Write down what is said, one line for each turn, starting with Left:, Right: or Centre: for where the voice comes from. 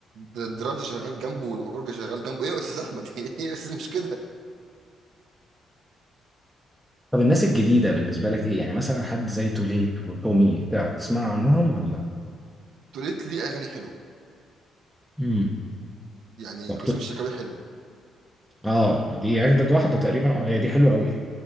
Right: والدرامز شغال جنبه والأورج شغال جنبه إيه يا أستاذ أحمد <laughs> إيه يا أستاذ مش كده
Centre: طب الناس الجديدة بالنسبة لك ايه يعني مثلا حد زي توليت وتومي تع- تسمع عنهم ولا
Right: توليت ليه أغاني حلوة
Centre: امم
Right: يعني
Centre: طب
Right: قسم الشكاوي حلوة
Centre: اه دي اجدد واحده تقريبا اه هي دي حلوه قوي